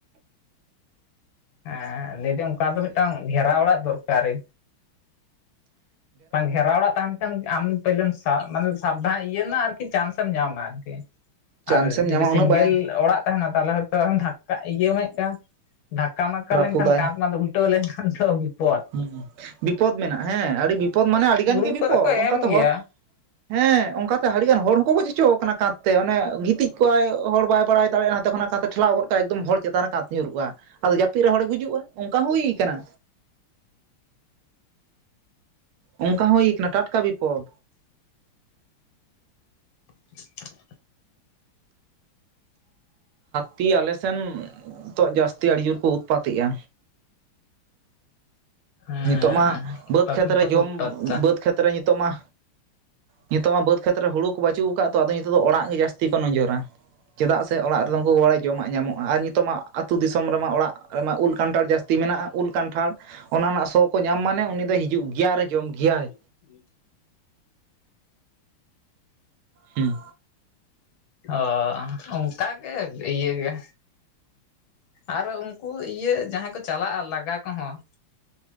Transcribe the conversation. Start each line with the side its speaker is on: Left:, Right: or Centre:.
Left: ᱦᱮᱸ ᱞᱟᱹᱭᱫᱟᱹᱧ ᱚᱝᱠᱟ ᱫᱚ ᱢᱤᱫᱴᱟᱝ ᱜᱷᱮᱨᱟᱣ ᱚᱲᱟᱜ ᱫᱚᱨᱠᱟᱨᱤ᱾ ᱵᱟᱝ ᱜᱷᱮᱨᱟ ᱚᱲᱟᱜ ᱛᱟᱦᱮᱱ ᱠᱷᱟᱱ ᱟᱢ ᱯᱟᱹᱭᱞᱟᱹᱢ ᱥᱟ ᱢᱟᱱᱮ ᱥᱟᱵᱫᱷᱟᱱ ᱤᱭᱟᱹ ᱨᱮᱱᱟᱜ ᱟᱨᱠᱤ ᱪᱟᱱᱥᱮᱢ ᱧᱟᱢᱟ ᱟᱨᱠᱤ᱾
Right: ᱪᱟᱱᱥᱮᱢ
Left: ᱟᱨ
Right: ᱧᱟᱢᱟ
Left: ᱡᱩᱫᱤ ᱥᱤᱝᱜᱮᱞ
Right: ᱩᱱᱟᱹᱜ ᱵᱟᱭ
Left: ᱚᱲᱟᱜ ᱛᱟᱦᱮᱱᱟ ᱛᱟᱦᱞᱮ ᱦᱚᱭᱛᱳ ᱫᱷᱟᱠᱠᱟ, ᱤᱭᱟᱹ ᱢᱮ ᱠᱟ ᱫᱷᱟᱠᱠᱟ ᱢᱟᱠᱟ
Right: ᱨᱟᱹᱯᱩᱫᱟᱭ
Left: ᱞᱮᱱᱠᱷᱟᱱ ᱠᱟᱸᱛ ᱢᱟ ᱩᱞ ᱴᱟᱹᱣ ᱞᱮᱠᱷᱟᱱ ᱛᱚ ᱵᱤᱯᱚᱛ᱾
Right: ᱦᱩᱸ, ᱵᱤᱯᱚᱫᱽ ᱢᱮᱱᱟᱜ-ᱟ ᱦᱮᱸ, ᱟᱹᱰᱤ ᱵᱤᱯᱚᱫᱽ ᱢᱟᱱᱮ ᱟᱹᱰᱤ ᱜᱟᱱ
Left: ᱜᱨᱩᱯ
Right: ᱜᱮ ᱵᱤᱯᱚᱫᱽ
Left: ᱠᱚᱨᱮ ᱠᱚ
Right: ᱚᱝᱠᱟᱛᱮ
Left: ᱮᱢ ᱜᱮᱭᱟ
Right: ᱦᱚᱲ ᱦᱮᱸ, ᱚᱝᱠᱟᱛᱮ ᱦᱟᱹᱰᱤᱜᱟᱱ ᱦᱚᱲ ᱦᱚᱸᱠᱚ ᱜᱚᱡ ᱦᱚᱪᱚᱣ ᱠᱟᱱᱟ ᱠᱟᱸᱛ ᱛᱮ ᱚᱱᱮ ᱜᱤᱛᱤᱡ ᱠᱚᱜ-ᱟᱭ ᱦᱚᱲ ᱵᱟᱭ ᱵᱟᱲᱟᱭ ᱫᱟᱲᱮᱭᱟᱜᱼᱟ ᱦᱟᱸᱛᱮ ᱠᱷᱚᱱᱟᱜ ᱠᱟᱸᱛᱮ ᱴᱷᱮᱞᱟᱣ ᱜᱚᱫ ᱠᱟᱭ ᱮᱠᱫᱚᱢ ᱦᱚᱲ ᱪᱮᱛᱟᱱ ᱨᱮ ᱠᱟᱫ ᱧᱩᱨᱩᱜᱼᱟ ᱟᱫᱚ ᱡᱟᱹᱯᱤᱫ ᱨᱮ ᱦᱚᱲᱮ ᱜᱩᱡᱩᱜ-ᱟ ᱚᱝᱠᱟ ᱦᱚᱸ ᱦᱩᱭ ᱠᱟᱱᱟ᱾ ᱚᱝᱠᱟ ᱦᱚᱸ ᱦᱩᱭ ᱠᱟᱱᱟ ᱴᱟᱴᱠᱟ ᱵᱤᱯᱚᱫᱽ᱾
Left: <inaudible>
Right: ᱛᱤ ᱟᱞᱮᱥᱮᱱ ᱱᱤᱛᱚᱜ ᱡᱟᱹᱥᱛᱤ ᱟᱹᱰᱤ ᱡᱳᱨ ᱠᱚ ᱩᱛᱯᱟᱛᱮᱜ-ᱟ᱾
Left: ᱦᱮᱸ
Right: ᱱᱤᱛᱳᱜ ᱢᱟ ᱵᱟᱹᱫᱽ
Left: ᱩᱛᱯᱟᱛ
Right: ᱠᱷᱮᱛᱨᱮ
Left: ᱢᱟᱛᱚ
Right: ᱡᱚᱢ
Left: ᱠᱚ ᱩᱛᱯᱟᱛᱟ
Right: ᱵᱟᱹᱫᱽ ᱠᱷᱮᱛᱨᱮ ᱱᱤᱛᱳᱜ ᱢᱟ᱾ ᱱᱤᱛᱳᱜ ᱢᱟ ᱵᱟᱹᱫᱽ ᱠᱷᱮᱛᱨᱮ ᱦᱩᱲᱩ ᱠᱚ ᱵᱟᱹᱪᱩᱜ ᱠᱟᱜ-ᱟ ᱛᱚ, ᱟᱫᱚ ᱱᱤᱛᱳᱜ ᱫᱚ ᱚᱲᱟᱜ ᱜᱮ ᱡᱟᱹᱥᱛᱤ ᱠᱚ ᱱᱚᱡᱚᱨᱟ᱾ ᱪᱮᱫᱟᱜ ᱥᱮ ᱚᱲᱟᱜ ᱨᱮᱫᱚ ᱩᱱᱠᱩ ᱠᱚ ᱵᱟᱲᱟᱭ ᱡᱚᱢᱟᱜ ᱧᱟᱢᱚᱜᱼᱟ ᱟᱨ ᱱᱤᱛᱚᱜ ᱢᱟ ᱟᱹᱛᱩ ᱫᱤᱥᱚᱢ ᱨᱮᱢᱟ ᱚᱲᱟᱜ ᱨᱮᱢᱟ ᱩᱞ ᱠᱟᱱᱴᱷᱟᱲ ᱡᱟᱹᱥᱛᱤ ᱢᱮᱱᱟᱜ-ᱟ ᱩᱞ ᱠᱟᱱᱴᱷᱟᱲ᱾ ᱚᱱᱟ ᱥᱚ ᱠᱚ ᱧᱟᱢ ᱢᱟᱱᱮ ᱩᱱᱤ ᱫᱚᱭ ᱦᱤᱡᱩᱜ ᱜᱮᱭᱟ ᱟᱨ ᱡᱚᱢ ᱜᱮᱭᱟᱭ᱾
Left: <unintelligible>
Right: ᱦᱩᱸ᱾
Left: ᱚ, ᱚᱝᱠᱟ ᱜᱮ, ᱤᱭᱟᱹ ᱜᱮ᱾ ᱟᱨ ᱩᱝᱠᱩ ᱤᱭᱟᱹ ᱡᱟᱦᱟᱸᱭ ᱠᱚ ᱪᱟᱞᱟᱜ-ᱟ ᱞᱟᱜᱟ ᱠᱚᱦᱚᱸ᱾